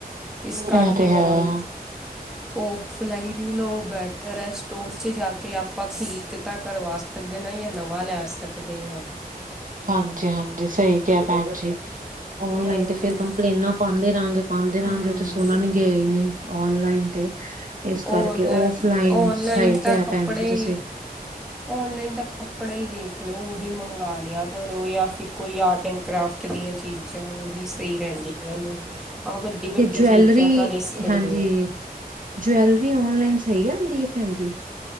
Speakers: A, in the centre; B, on the right.
A: ਇਸ
B: ਇਹ
A: ਕਰਕੇ
B: ਤੇ
A: ਉਣ
B: ਹੈ
A: ਓਫਲਾਈਨ ਈ ਲਓ ਬੈਟਰ ਏ, ਸਟੋਰ ਜਾ ਕੇ ਆਪਾਂ ਠੀਕ ਤਾਂ ਕਰਵਾ ਸਕ ਦੇ ਨਾ ਜਾਂ ਨਵਾਂ ਲੈ ਸਕਦੇ ਆ।
B: ਹਾਂਜੀ ਹਾਂਜੀ ਸਹੀ ਕਿਹਾ ਭੈਣ ਜੀ। ਓਨਲਾਈਨ
A: ਔਨ
B: ਤੇ ਫਿਰ ਕੰਪਲੇਨਾਂ ਪਾਂਦੇ ਰਹਾਂਗੇ ਪਾਂਦੇ ਰਹਾਂਗੇ
A: ਹਮ
B: ਉਥੇ ਸੁਣਨਗੇ ਈ ਨੀ। ਔਨਲਾਈਨ ਤੇ ਇਸ
A: ਔਨਲਾਈਨ
B: ਕਰਕੇ ਔਫਲਾਈਨ
A: ਔਨਲਾਈਨ
B: ਸਹੀ
A: ਤਾਂ
B: ਕਿਹਾ
A: ਕੱਪੜੇ
B: ਪੈਣ ਜੀ ਤੁਸੀਂ।
A: ਔਨਲਾਈਨ ਤ ਕਪੜ੍ਹੇ ਈ ਦੇਖ ਲੋ, ਉਹੀ ਮੰਗਾ ਲਿਆ ਕਰੋ ਜਾਂ ਫਿਰ ਕੋਈ ਆਰਟ ਐਂਡ ਕਰਾਫਟ ਦੀਆਂ ਚੀਜ਼ ਉਹੀ ਸਹੀ ਰਹਿੰਦੀਆਂ ਨੇ। ਆਹ ਵੱਡੀ ਵੱਡੀ
B: ਤੇ ਜਵੈਲਰੀ
A: ਚੀਜ਼ਾਂ ਤਾਂ ਰਿਸਕ ਹੁੰਦੇ
B: ਹਾਂਜੀ
A: ਆ।
B: ਜਵੈਲਰੀ ਔਨਲਾਈਨ ਸਹੀ ਆਂਦੀ ਏ ਭੈਣ ਜੀ।